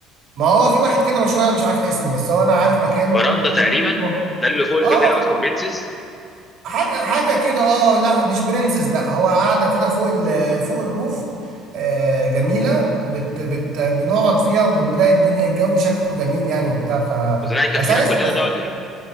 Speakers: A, on the right; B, on the left.
A: ما هو في واحد كده مشهور انا مش عارف اسمه بس هو انا عارف مكانه
B: براندا تقريبا
A: ممكن نروح.
B: ده اللي فوق الكافيه
A: اه
B: اللي هو اسمه برنسز
A: حاجة حاجة كده اه لا مش برنسز لا هو قاعدة كده فوق ال فوق الروف آه جميلة بت بت بنقعد فيها وبنلاقي الدنيا الجو شكله جميل يعني وبتاع ف
B: بس ده هيكفينا
A: بس عايز
B: كلنا
A: بس
B: ده ولا ايه